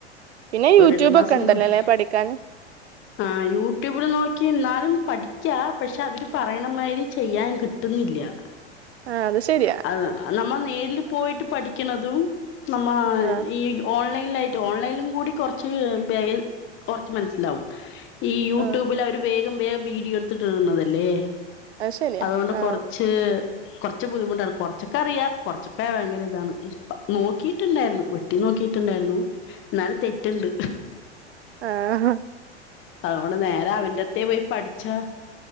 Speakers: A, on the right; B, on the left.
A: പിന്നെ
B: ഒരു
A: യൂട്യൂബ്
B: രണ്ടു മാസം
A: ക്കെ ണ്ടല്ലോ
B: പോയി
A: ലെ പഠിക്കാന്?
B: <inaudible> ആ യൂട്യൂബില് നോക്കി ന്നാലും പഠിക്കാ പക്ഷെ അവര് പറയണമായ്രി ചെയ്യാൻ കട്ട്ന്നില്ല്യ.
A: ആഹ് അത് ശെരിയ.
B: അത നമ്മ നേരില് പോയിട്ട് പഠിക്കിണതും നമ്മ
A: ആ
B: ഈ ഓൺലൈലായിറ്റ് ഓൺലൈൻലും കൂടി കൊറച്ച് <unintelligible> കൊറച്ച് മൻസ്സിലാവും ഈ യൂട്യൂബിൽ
A: ആ
B: അവര് വേഗം വേഗം വീഡിയോ എടുത്തിട്ടിട്ന്നതല്ലേ
A: അത് ശരിയാ
B: അതുകൊണ്ട്
A: ആ
B: കുറച്ച് ച്ച് കുറച്ച്ബുദ്ധിമുട്ടാണ് കൊറച്ചക്കെ അറിയാ കൊറച്ചൊക്കെ ഭയങ്കര ഇതാണ് നോക്കിട്ടുണ്ടായിരുന്നു വെട്ടി നോക്കിട്ടുണ്ടായിരുന്നു എന്നാലും തെറ്റുണ്ട്
A: ആഹ്
B: അതുകൊണ്ട് നേരെ അവൻന്റെടുത്തേ പോയി പഠിച്ചാ